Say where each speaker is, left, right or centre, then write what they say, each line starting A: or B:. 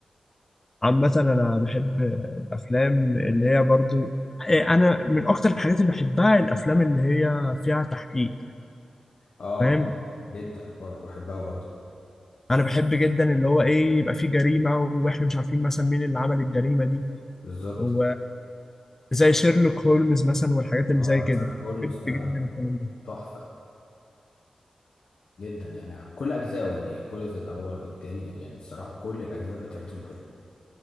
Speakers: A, on the left; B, on the left.
A: عامة انا بحب الافلام اللي هي برضو إيه، انا من اكتر الحاجات اللي بحبها الافلام اللي هي فيها تحقيق
B: اه
A: فاهم
B: جدا برضو بحبها برضو
A: انا بحب جدا اللي هو ايه يبقى فيه جريمة واحنا مش عارفين مثلا مين اللي عمل الجريمة دي
B: بالظبط
A: وزي شيرلوك هولمز مثلا والحاجات اللي
B: اه
A: زي كده
B: شارلوك هولمز
A: بحب
B: ده
A: جدا الكلام ده
B: تحفه جدا يعني كل اجزائه يعني كل الاول بالتاني يعني الصراحه كل الاجزاء بتاعتهم حلوه